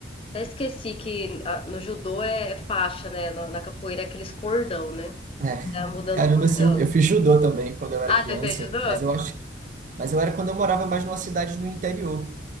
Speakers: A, on the left (about 30°); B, on the right (about 45°).
A: até esqueci que a- no judô é é faixa, né? Na na capoeira é aqueles cordão, né?
B: É.
A: Tá mudando
B: Caramba,
A: o cordão.
B: assim, eu, eu fiz judô também quando eu era
A: Ah,
B: criança,
A: você fez judô?
B: mas eu acho que, mas eu era quando eu morava mais numa cidade no interior.